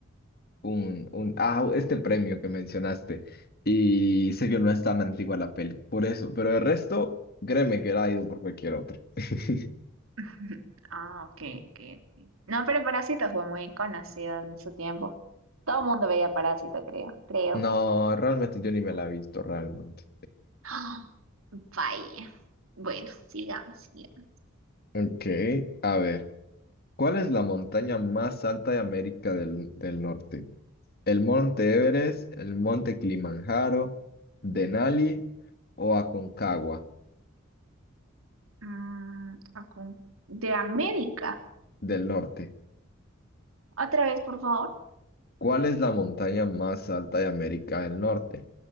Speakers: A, on the left (about 50°); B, on the right (about 80°).
A: un, un, ah, este premio que mencionaste. Y sé que no es tan antigua la peli, por eso. Pero el resto, créeme que era ido por cualquier otra. <laughs>
B: <laughs> Ah, ok, ok. ok. No, pero Parásito fue muy conocido en su tiempo. Todo el mundo veía Parásito, creo, creo.
A: No, realmente yo ni me la he visto, realmente.
B: <gasps> Vaya. Bueno, sigamos, sigamos.
A: Ok, a ver. ¿Cuál es la montaña más alta de América del, del Norte? El Monte Everest, el Monte Kilimanjaro, Denali o Aconcagua
B: Mm, Acun- de América.
A: del norte.
B: Otra vez, por favor.
A: ¿Cuál es la montaña más alta de América del Norte?